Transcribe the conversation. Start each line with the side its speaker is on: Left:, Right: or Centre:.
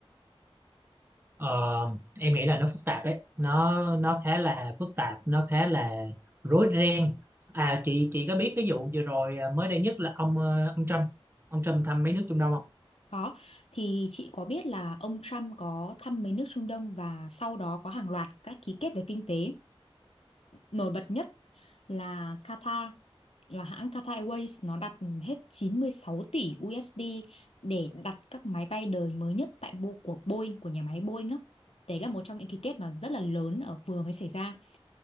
Right: Ờ, em nghĩ là nó phức tạp đấy nó nó khá là phức tạp nó khá là rối ren à chị chị có biết cái vụ vừa rồi à, mới đây nhất là ông ờ, ông Trump ông Trump thăm mấy nước Trung Đông không
Left: Có, thì chị có biết là ông Trump có thăm mấy nước Trung Đông và sau đó có hàng loạt các ký kết về kinh tế. Nổi bật nhất là Qatar, là hãng Qatar Airways nó đặt hết 96 tỷ USD để đặt các máy bay đời mới nhất tại Bo của Boeing của nhà máy Boeing á. Đấy là một trong những ký kết mà rất là lớn ở vừa mới xảy ra.